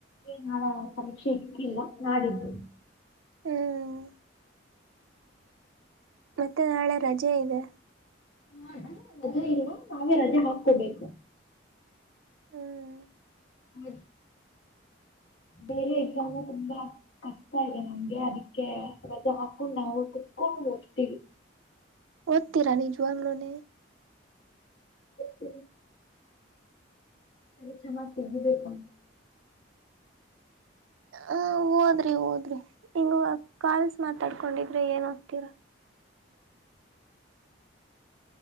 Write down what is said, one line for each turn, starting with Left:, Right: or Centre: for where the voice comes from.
Left: ನಾಳ ಪರೀಕ್ಷೆ ಇಕ್ಕಿಲ್ಲ ನಾಡಿದ್ದು
Right: ಹ್ಮ್ ಮತ್ತೆ ನಾಳೆ ರಜೆ ಇದೆ
Left: ಹ ರಜೆ ಇಲ್ರುವ ನಾವೇ ರಜೆ ಹಾಕೋಬೇಕು
Right: ಹ್ಮ್
Left: ಹ ಬೇರೆ ಎಕ್ಸಾಮು ತುಂಬಾ ಕಷ್ಟ ಇದೆ ನಮ್ಗೆ ಅದಕ್ಕೆ ರಜಾ ಹಾಕೊಂಡು ನಾವು ಕುತ್ಕೊಂಡು ಹಓಗತೀವಿ
Right: ಓದ್ತಿರ ನೀಜುವಂಗ್ಳನ
Left: ಹತ್ತ ಪರೀಕ್ಷ ಮಾಡ ಸಿಗ ಬೇಕು
Right: ಹ ಹಓದ್ರಿ ಓದ್ರಿ ಹಂಗ ಕಾಲ್ಸ್ ಮಾತಾಡ್ಕೊಂಡಿದ್ರೆ ಏನ ತ್ತರ